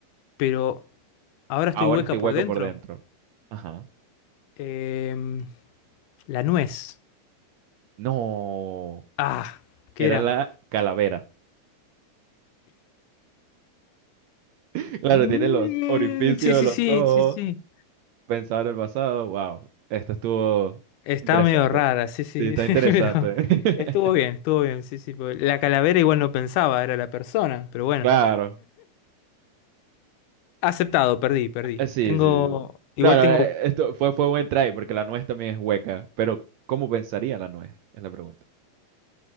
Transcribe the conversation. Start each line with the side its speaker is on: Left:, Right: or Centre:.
Left: pero ahora estoy
Right: Ahora
Left: hueca
Right: estoy hueca
Left: por dentro.
Right: por dentro. Ajá.
Left: Em, la nuez.
Right: No,
Left: Ah, ¿qué
Right: era
Left: era?
Right: la calavera. <laughs> Claro,
Left: Mm,
Right: tiene los orificios
Left: sí, sí,
Right: de los
Left: sí,
Right: ojos.
Left: sí, sí.
Right: pensado en el pasado, wow, esto estuvo
Left: Está
Right: interesante.
Left: medio rara, sí, sí.
Right: Sí, está interesante.
Left: <laughs> Pero
Right: <laughs>
Left: estuvo bien, estuvo bien, sí, sí. porque La calavera igual no pensaba, era la persona, pero bueno.
Right: Claro.
Left: Aceptado, perdí, perdí.
Right: Eh, Sí,
Left: Tengo,
Right: sí, sí.
Left: igual
Right: No, no,
Left: tengo,
Right: eh, esto fue, fue buen try porque la nuez también es hueca, pero ¿cómo pensaría la nuez? Es la pregunta.